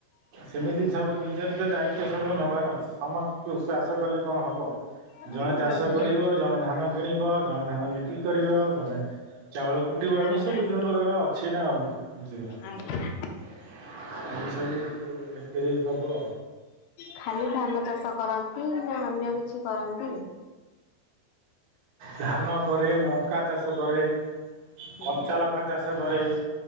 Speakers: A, on the right (about 60°); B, on the left (about 80°).
A: ସେମିତି ସବୁ ନିଜ ନିଜ ଦାୟିତ୍ୱ ଦାଇତ୍ୱ ସବୁ ନବାର ଅଛି ସମସ୍ତଙ୍କୁ ଚାଷ କଲେ କଣ ହବ।
B: ଆଜ୍ଞା
A: ଜଣେ ଚାଷ କରିବ ଜଣେ ଧାନ କିଣିବ ଜଣେ ଧାନ ବିକ୍ରି କରିବ ଜଣେ ଚାଉଳ କୁଟିବ ଏମିତି
B: ଆଜ୍ଞା ଆଜ୍ଞା
A: ସବୁ ବିଭିନ୍ନ ପ୍ରକାର ଅଛି ନା ଆଉ। ବୁଝିଲୁ ନାଁ
B: ଆଜ୍ଞା।
A: ଏମିତି ସବୁ ବିକ୍ରି ହବ।
B: ଖାଲି ଧାନ ଚାଷ କରନ୍ତି ନା ଅନ୍ୟ କିଛି କରନ୍ତି?
A: ଧାନ କରେ ମଙ୍କା ଚାଷ କରେ
B: ଆଜ୍ଞା।
A: କଞ୍ଚା ଲ ଚାଷ କରେ